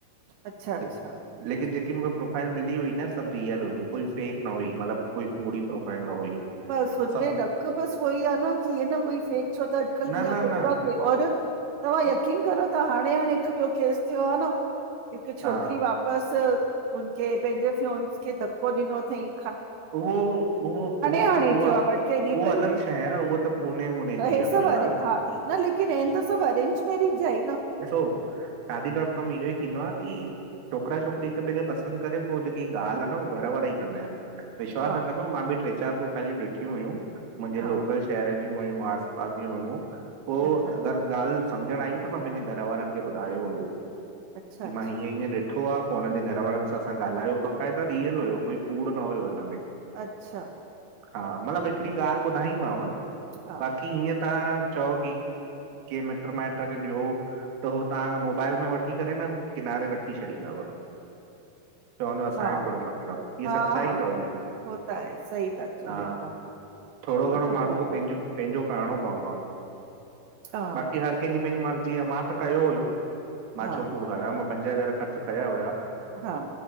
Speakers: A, on the right (about 85°); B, on the right (about 65°).
A: अच्छा अच्छा
B: ले- लेकिन जेकी प्रोफाइल मिली हुई न सभु रियल हुई फेक न हुई मतिलब कोई कूड़ी प्रोफाइल न हुई।
A: बस हुनमें
B: सभु
A: ॾक बस उ ई आहे नी हे न कोई फेक छो त अॼकल्ह
B: न
A: भईया
B: न
A: केतिरा
B: न
A: और। तव्हां यकीन करो त हाणे हाणे हिकु ॿियो केस थियो आहे न हिकु छोकिरी
B: हा
A: वापसि हुनखे पंहिंजे फ्योंस खे धको ॾिनो थईं।
B: ऊहो, ऊहो। उहो,
A: हाणे
B: उहोआ
A: थियो आहे ॿ टे ॾींहं
B: उहो
A: पहले
B: अलॻि शइ आ उहो त पुणे ऊने
A: त
B: जी
A: हे
B: आ
A: सभु
B: कोई
A: अरे
B: ॻाल्हि।
A: हा न लेकिन आहिन त सभु अरेंज मैरेज जा ई। न
B: ॾिसो शादी डोट काँँम ईओ ई थींदो आ की छोकिरा छोकिरी हिक ॿिए खे पसंद करे पोइ जेकी ॻाल्हि आ न उहा घर वारा ई कंदा आहिनि विश्वास
A: हा
B: न कंदो, मां बि टे चारि प्रोफाइलूं ॾिठियूं हुयूं मुंहिंजे
A: हा
B: लोकल शहर जी ॿियूं हुयूं आस पास जूं हुयूं, पोइ
A: अच्छा अच्छा
B: अगरि ॻाल्हि समझण आई त मां पंहिंजे घर वारनि खे ॿुधायो हुयो
A: अच्छा
B: की
A: अच्छा
B: मां हीअं हीअं ॾिठो आ पोइ हुननि जे घर वारनि सां असां ॻाल्हायो, बक़ाइदा रियल हुयो, कोई कूड़ न हुयो हिन में।
A: अच्छा।
B: हा, मतलबु हिकिड़ी ॻाल्हि ॿुधाईमांव
A: हा
B: बाक़ी हीअं तव्हां चओ की, कि मिट माइट खे ॾियो। त हो तां जो मोबाइल में वठी करे न किनारे रखी छॾींदव। चवंदो असांजो
A: हा
B: कहिड़ो मतिलबु इहा
A: हा
B: सचाई
A: हा
B: तव अॼु जी,
A: हो त आहे सही था चओ
B: हा।
A: हे त
B: थोरो
A: हो
B: घणो
A: त
B: माण्हूअ
A: सही था
B: खे पंहिंजो,
A: चओ
B: पंहिंजो करणो व <unintelligible>
A: हा
B: बाक़ी हर कंहिंजी पंहिंजी मर्ज़ी आ, मां त कयो हुयो। मां
A: हा
B: छो कूड़ ॻाल्हायां, मां पंज हज़ार ख़र्च कया हुया।
A: हा।